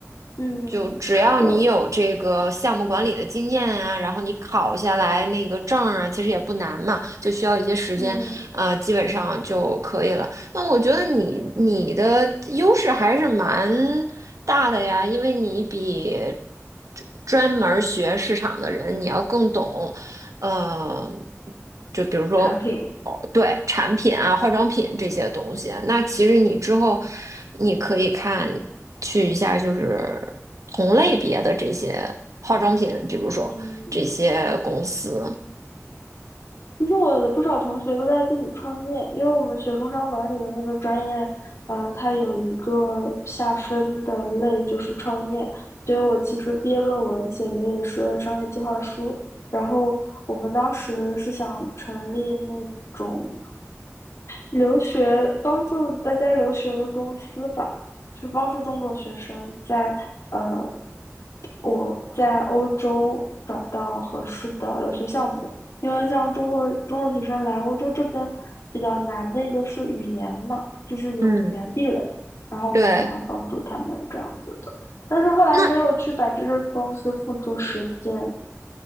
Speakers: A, on the left; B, on the right.
A: 嗯，
B: 就只要你有这个项目管理的经验啊，
A: 是的，
B: 然后你考下来那个证儿啊，其实也不难嘛，就需要一些时间，
A: 嗯，
B: 呃，基本上就可以了。那我觉得你你的优势还是蛮大的呀，因为你比专专门儿学市场的人你要更懂，呃，就比如说。
A: 产品，
B: 哦，对，产品啊，化妆品这些东西，那其实你之后你可以看。去一下就是同类别的这些化妆品，比如说这些公司。
A: 嗯。其实我的不少同学都在自己创业，因为我们学工商管理的那个专业，嗯，它有一个下分的类就是创业，所以我其实毕业论文写的也是商业计划书。然后我们当时是想成立那种。留学帮助大家留学的公司吧，就是帮助中国学生在呃我在欧洲找到合适的留学项目，因为像中国中国学生来欧洲这边比较难的一个是语言嘛，就是有语言壁垒，
B: 嗯
A: 然后我们想要帮助他们这样子的，
B: 对，
A: 但是后来没有去把这个公司付诸实践，
B: 那